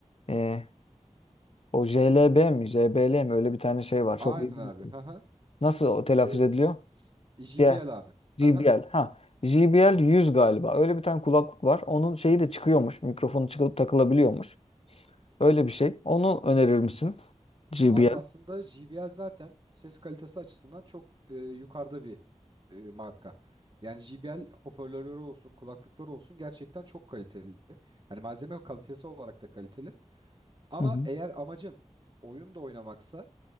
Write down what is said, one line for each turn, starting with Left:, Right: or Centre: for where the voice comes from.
Left: e, o JLB mi, JBL mi? Öyle bir tane şey var. Çok
Right: Aynen
Left: iyi bilmiyorum.
Right: abi. Haha.
Left: Nasıl o telaffuz
Right: E,
Left: ediliyor?
Right: JBL
Left: J,
Right: abi.
Left: JBL.
Right: Haha.
Left: Ha, JBL 100 galiba. Öyle bir tane kulaklık var. Onun şeyi de çıkıyormuş. Mikrofonu çıkıp takılabiliyormuş. Öyle bir şey. Onu önerir misin? JBL.
Right: Abi aslında JBL zaten ses kalitesi açısından çok e, yukarıda bir e, marka. Yani JBL hoparlörleri olsun, kulaklıkları olsun gerçekten çok kaliteli. Hani malzeme kalitesi olarak da kaliteli. Ama
Left: Hı hı.
Right: eğer amacın oyun da oynamaksa